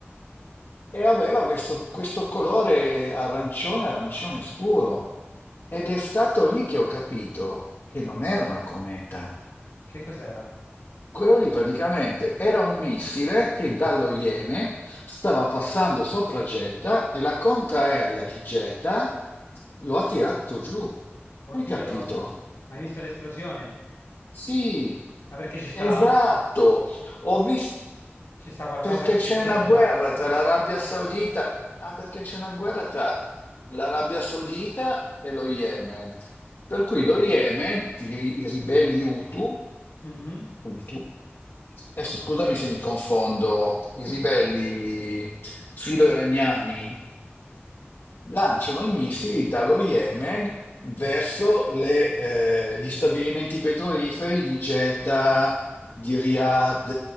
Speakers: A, on the left; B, on the left.
A: e aveva questo, questo colore arancione, arancione scuro. Ed è stato lì che ho capito che non era una cometa,
B: Che cos'era?
A: Quello lì praticamente era un missile che dallo Yemen stava passando sopra Jeddah e la contraerea di Jeddah lo ha tirato giù.
B: Oddio,
A: Hai capito?
B: ma hai visto l'esplosione?
A: Sì,
B: Ma perché ci sta,
A: esatto. Ho visto
B: ci sta qualcosa
A: perché
B: che succede
A: c'è una guerra
B: là?
A: tra l'Arabia Saudita. Ah, perché c'è una guerra tra l'Arabia Saudita e lo Yemen. Per cui lo Yemen, i, i ribelli Hutu,
B: Mhm.
A: Punto. Adesso scusami se mi confondo, i ribelli filo-iraniani lanciano i missili dallo Yemen verso le, eh, gli stabilimenti petroliferi di Jeddah, di Riyadh,